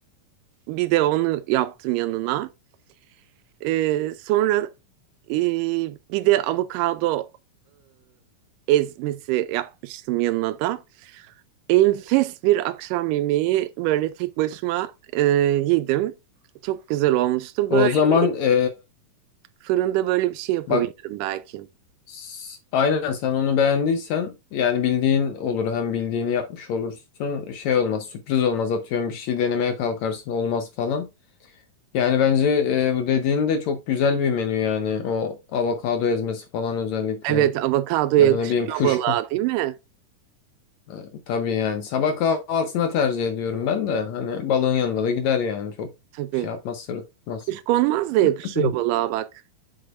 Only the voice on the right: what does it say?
bir de onu yaptım yanına. E, sonra e, bir de avokado e, ezmesi yapmıştım yanına da. Enfes bir akşam yemeği böyle tek başıma e, yedim. Çok güzel olmuştu.
Böyle
Fırında böyle bir şey yapabilirim
belki.
Evet, avokado yakışıyor
balığa değil mi?
Tabii.
Kuşkonmaz da yakışıyor
balığa bak.